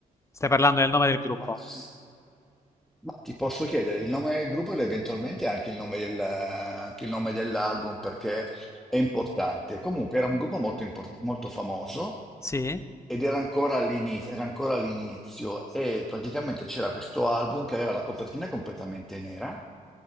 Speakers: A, on the left; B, in the centre.
A: Stai parlando del nome del gruppo?
B: ma, s- ma ti posso chiedere il nome del gruppo ed eventualmente anche il nome del- anche il nome dell'album perché è importante. Comunque era un gruppo molto, import- molto famoso
A: Sì,
B: ed era ancora all'inizio, era ancora all'inizio e praticamente c'era questo album che aveva la copertina completamente nera,